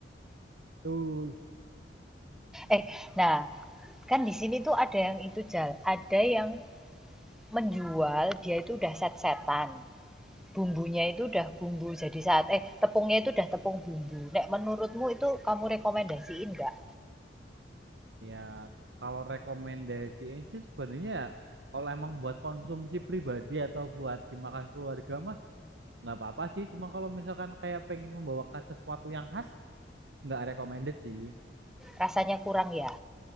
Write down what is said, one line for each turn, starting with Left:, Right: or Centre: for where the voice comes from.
Right: Betul.
Centre: Eh, nah, kan di sini tuh ada yang itu Jal, ada yang Menjual dia itu udah set-setan. Bumbunya itu udah bumbu jadi saat eh tepungnya itu udah tepung bumbu. Nek menurutmu itu kamu rekomendasiin nggak?
Right: Ya, kalau rekomendasiin sih sebenarnya ya, kalau emang buat konsumsi pribadi atau buat dimakan keluarga mah nggak apa-apa sih. Cuma kalau misalkan kayak pengen membawakan sesuatu yang khas, nggak recommended sih.
Centre: Rasanya kurang ya?